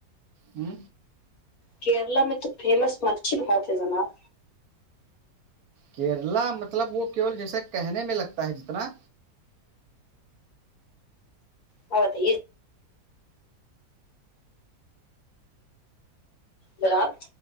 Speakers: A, on the right (about 65°); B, on the left (about 60°).
A: ہ
B: کیرلا میں تو فیمس مچھھی بھات ہے جناب
A: کیرلا مطلب وہ کیول جیسا کہنے میں لگتا ہے جتنا
B: ہ بتائیے جاب